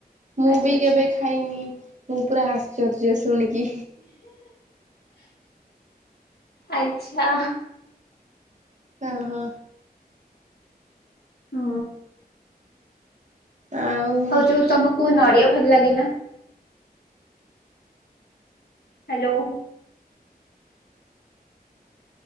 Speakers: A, on the right; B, on the left.
A: ମୁଁ
B: ଆଚ୍ଛା
A: ବି କେବେ
B: ଆଚ୍ଛା
A: ଖାଇନି ମୁଁ ପୁରା ଆଶ୍ଚର୍ଯ୍ୟ ଶୁଣିକି।
B: ଆଚ୍ଛା?
A: ଓ ହୋ।
B: ହୁ?
A: ଆଉ।
B: ହଉ ଯୋଉ ତମକୁ ନଡିଆ ଭଲ ଲାଗେନା? ହାଲୋ?